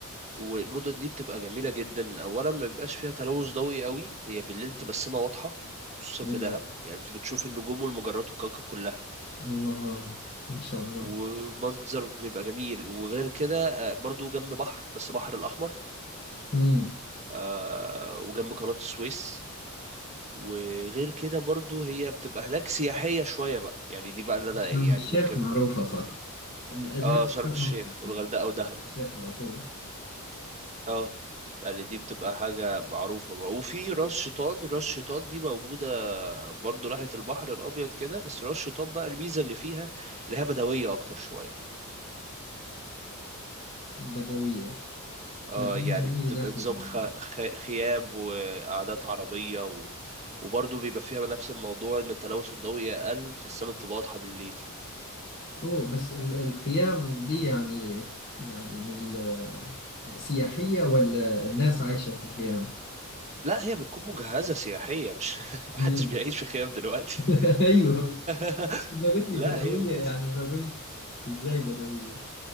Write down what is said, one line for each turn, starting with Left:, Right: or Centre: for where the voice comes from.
Right: والمدن دي بتبقى جميلة جدا اولا ما بيبقاش فيها تلوث ضوئي قوي هي بالليل بتبقى السما واضحة خصوصا
Left: ايوه
Right: في دهب يعني انت بتشوف النجوم والمجرات والكواكب كلها
Left: الله ما شاء الله
Right: ومنظر بيبقى جميل وغير كده آه، برضو جنب بحر بس بحر الأحمر
Left: امم
Right: آه، وجنب قناة السويس وغير كده برضو هي بتبقى هناك سياحية شوية بقى يعني دي بقى اللي انا
Left: شرم
Right: يعني
Left: الشيخ
Right: ممكن
Left: معروفة صح
Right: فيها
Left: الأجانب
Right: اه شرم
Left: كلهم
Right: الشيخ
Left: يعني
Right: والغردقة ودهب
Left: الشيخ على طول
Right: اه يعني دي بتبقى حاجة معروفة بقى. وفي راس شيطان راس شيطان دي موجودة برضو ناحية البحر الأبيض كده بس راس شيطان بقى الميزة اللي فيها اللي هي بدوية أكتر شوية
Left: بدوية
Right: اه
Left: بدوية
Right: يعني
Left: من
Right: بتبقى
Left: أي ناحية
Right: نظام
Left: يعني
Right: خ... خ... خيام وقعدات عربية و... وبرضه بيبقى فيها نفس الموضوع إن التلوث الضوئي أقل فالسما بتبقى واضحة بالليل
Left: أوه بس ال- الخيام دي يعني يعني لل سياحية ولا الناس عايشة في خيام؟
Right: لا هي بتكون مجهزة سياحية مش <laughs> محدش
Left: امم
Right: بيعيش في خيام دلوقتي
Left: <laughs> أيوه بس
Right: <laughs>
Left: أنت قلت لي
Right: لا
Left: بدوية
Right: هي مجهزة
Left: يعني فقلت إزاي بدوية؟